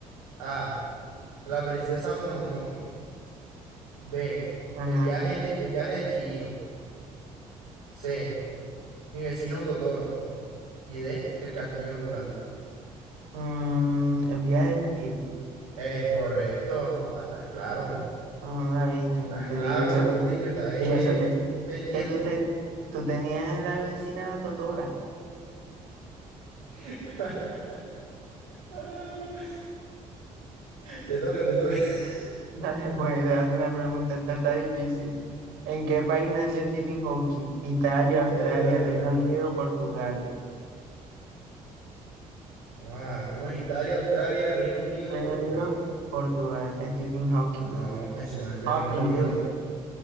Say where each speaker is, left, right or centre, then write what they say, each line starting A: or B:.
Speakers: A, on the right; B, on the right.
A: A. La princesa Mononoke. B.
B: Ajá.
A: El viaje, de Chi- el viaje de Chihiro. C. Mi vecino Totoro y de El Castillo Ambulante.
B: Mm, el viaje de Chihiro.
A: Es correcto, ah, estás claro,
B: No, no la viste,
A: estás
B: te
A: claro,
B: digo, eso
A: mejor
B: que,
A: dicho, estás eh,
B: y eso que,
A: pendiente.
B: que tú, te, tú tenías la vecina, la Totora.
A: <laughs> Ah, Te toca, te toca. <laughs>
B: Dale, pues te hace una pregunta, esta está difícil. ¿En qué país nació Stephen Hawking? Italia,
A: Verdad.
B: Australia, Reino Unido, Portugal.
A: Guau, ¿Cómo es Italia, Australia, Reino Unido,
B: Reino
A: Portugal?
B: Unido, Portugal, Stephen Hawking.
A: No, ese más es de
B: Hawking.
A: Reino Unido.